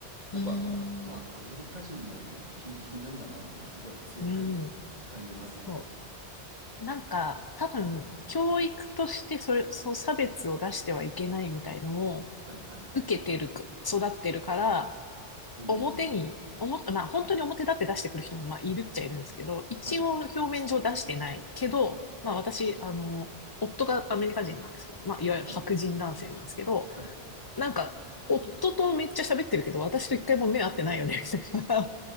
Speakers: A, on the right; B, on the left.
A: やっぱまあアメリカ人もやっぱピンキリなんだなっていうのはすごい強く
B: うん。うん。
A: <laughs> 感じますね。
B: そう。なんか、多分、教育としてそれ、その差別を出してはいけないみたいのを
A: はいはい。
B: 受けてるか、育ってるから、
A: うんうん。
B: 表に、表、まあ本当に表立って出してくる人もまあいるっちゃいるんですけど、
A: はい。
B: 一応表面上出してないけど、まあ私、あの、夫がアメリカ人なんですけど、まあいわゆる白人男性なんですけど、
A: はいはい。はい。
B: なんか、夫とめっちゃ喋ってるけど、私と一回も目合ってないよね、みたいな